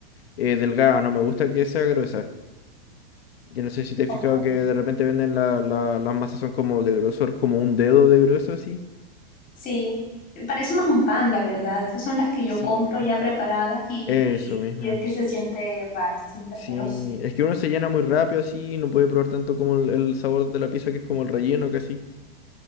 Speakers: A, on the left; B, on the left.
A: eh, delgada, no me gusta que sea gruesa. Yo no sé si te has
B: Ok.
A: fijado que de repente venden la, la- las masas son como de grosor, como un dedo de grueso así.
B: Sí, parece más un pan, la verdad. Esas son las que yo
A: Sí.
B: compro ya preparadas y,
A: Eso mismo.
B: y es que se siente raro, se siente
A: Sí,
B: feo.
A: es que uno se llena muy rápido así, y no puede probar tanto como el, el sabor de la pizza que es como el relleno casi.